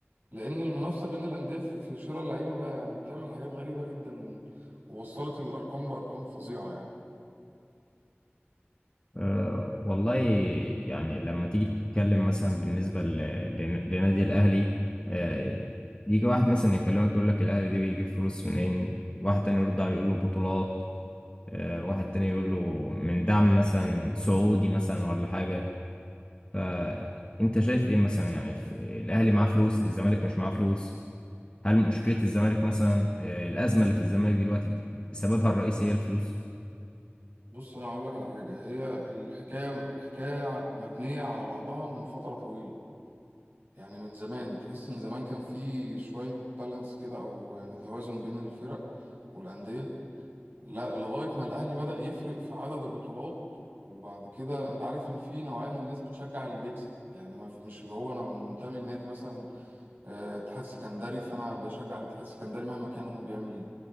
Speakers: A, on the right; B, on the left.
A: لان المنافسة بين الاندية في في شراء اللعيبة بقى يعني بتعمل حاجات غريبة جدا ووصلت الارقام لارقام فظيعة يعني
B: أه والله يعني لما تيجي تتكلم مثلا بالنسبه ل- لن- لنادي الاهلي أه يجي واحد مثلا يكلمك يقول لك الاهلي دي بيجيب فلوس منين واحد تاني يرد عليه يقول له بطولات أه واحد تاني يقول له من دعم مثلا سعودي مثلا ولا حاجه فانت شايف ايه مثلا يعني في الاهلي معاه فلوس الزمالك مش معاه فلوس هل مشكلة الزمالك مثلا آه، الأزمة اللي في الزمالك دلوقتي سببها الرئيسي هي الفلوس
A: بص انا هقول لك على حاجة هي الحكاية الحكاية مبنية على بعضها من فترة طويلة يعني من زمان تحس ان زمان كان في شوية بالانس كده او يعني توازن بين الفرق والأندية لا لغاية ما الأهلي بدأ يفرق في عدد البطولات وبعد كده أنت عارف إن في نوعية من الناس بتشجع اللي بيكسب يعني ما في- مش اللي هو أنا منتمي لنادي مثلا آه، اتحاد سكندري فأنا بشجع الاتحاد السكندري مهما كان هو بيعمل إيه